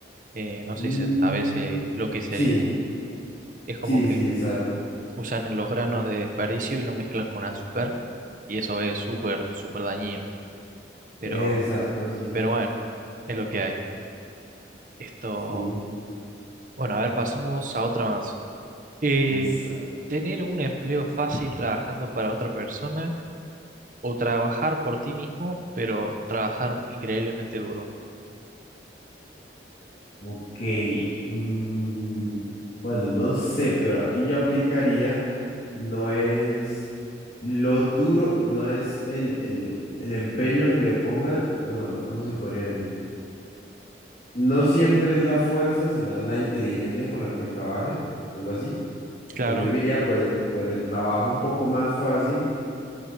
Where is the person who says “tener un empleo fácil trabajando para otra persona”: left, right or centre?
Right